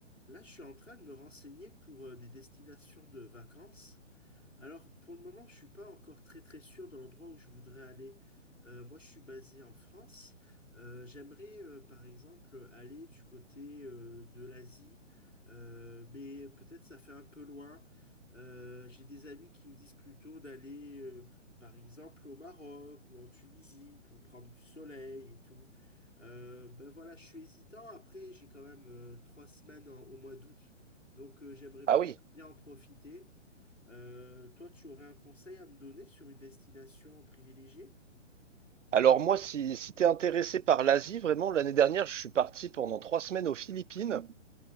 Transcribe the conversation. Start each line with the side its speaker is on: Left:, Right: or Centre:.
Left: Là, je suis en train de me renseigner pour euh, des destinations de vacances. Alors, pour le moment, je suis pas encore très très sûr de l'endroit où je voudrais aller. Euh, moi, je suis basé en France. Euh, j'aimerais, euh, par exemple, aller du côté euh, de l'Asie, Euh, mais peut-être ça fait un peu loin. Euh, j'ai des amis qui me disent plutôt d'aller, euh, par exemple, au Maroc ou en Tunisie pour prendre du soleil et tout. Euh, ben voilà, je suis hésitant. Après, j'ai quand même euh, trois semaines en- au mois d'août, donc euh, j'aimerais
Right: Ah
Left: quand
Right: oui.
Left: même bien en profiter. Euh, toi, tu aurais un conseil à me donner sur une destination privilégiée?
Right: Alors moi, si, si t'es intéressé par l'Asie, vraiment, l'année dernière, je suis parti pendant trois semaines aux Philippines.